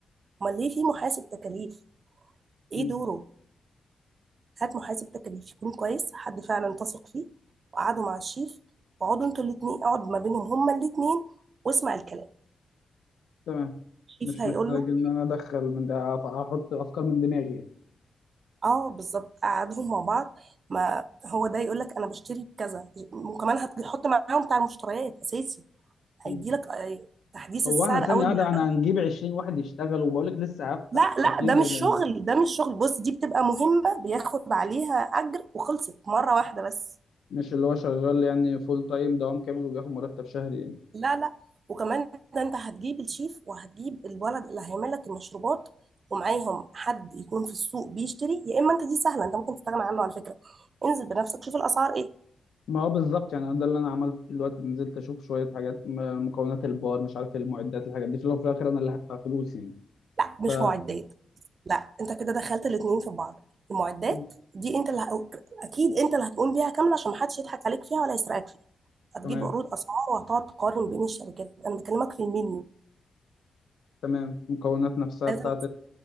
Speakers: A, on the right; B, on the left.
A: امال ليه في محاسب تكاليف ايه
B: مم.
A: دوره هات محاسب تكاليف يكون كويس حد فعلا تثق فيه وقعدوا مع الشيف وقعدوا انتوا الاتنين اقعد ما بينهم هما الاتنين واسمع الكلام
B: تمام
A: الشيف
B: مش
A: هيقول
B: محتاج
A: له
B: ان انا ادخل من ده أف- احط افكار من دماغي يعني
A: اه بالظبط قعدهم مع بعض ما هو ده يقول لك انا بشتري بكذا وكمان هتحط معاهم بتاع المشتريات اساسي هيدي
B: مم.
A: لك آه، تحديث
B: هو
A: السعر
B: احنا ثانية
A: اول
B: واحدة
A: بأول.
B: احنا هنجيب 20 واحد يشتغل وبقولك لسه هفتح
A: لا لا
B: اكيد
A: ده
B: يعني
A: مش شغل ده مش شغل بص دي بتبقى مهمة بياخد عليها اجر وخلصت مرة واحدة بس
B: مش اللي هو شغال يعني فول تايم دوام كامل وبياخد مرتب شهري يعني
A: لا لا وكمان ده انت هتجيب الشيف وهتجيب الولد اللي هيعمل لك المشروبات ومعاهم حد يكون في السوق بيشتري يا اما انت دي سهله انت ممكن تستغنى عنه على فكره انزل بنفسك شوف الاسعار ايه
B: ما هو بالظبط يعني ده اللي انا عملته دلوقتي نزلت اشوف شوية حاجات م- مكونات البار مش عارف إيه، المعدات الحاجات دي في الاول وفي الاخر انا اللي هدفع فلوس يعني
A: لا مش
B: ف
A: معدات لا انت كده دخلت الاتنين في بعض المعدات
B: مم.
A: دي انت اللي ه... اكيد انت اللي هتقوم بيها كامله عشان محدش يضحك عليك فيها ولا يسرقك فيها هتجيب
B: تمام
A: عروض اسعار وهتقعد تقارن بين الشركات انا بكلمك في المنيو
B: تمام المكونات نفسها
A: لازم
B: بتاعت